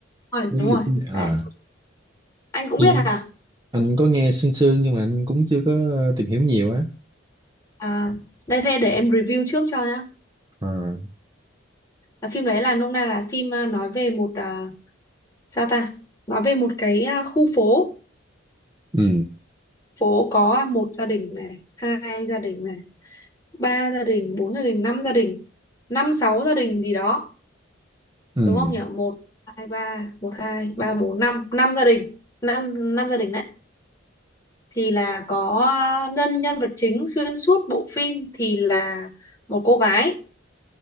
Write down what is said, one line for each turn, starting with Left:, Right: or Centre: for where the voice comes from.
Left: đúng rồi
Right: Với
Left: đúng
Right: dịch
Left: rồi
Right: tiếng Việt. À,
Left: đấy anh cũng
Right: phim
Left: biết hả
Right: anh có nghe sương sương nhưng mà anh cũng chưa có tìm hiểu nhiều á.
Left: à, đây đây để em review trước cho nhá
Right: À.
Left: là phim đấy là nôm na là phim ờ, nói về một ờ, sao ta nói về một cái ờ, khu phố
Right: Ừ,
Left: phố có một gia đình này hai gia đình này ba gia đình bốn gia đình năm gia đình năm sáu gia đình gì đó
Right: ừ,
Left: đúng không nhỉ một hai ba một hai ba bốn năm năm gia đình năm năm gia đình đấy thì là có à, nhân nhân vật chính xuyên suốt bộ phim thì là một cô gái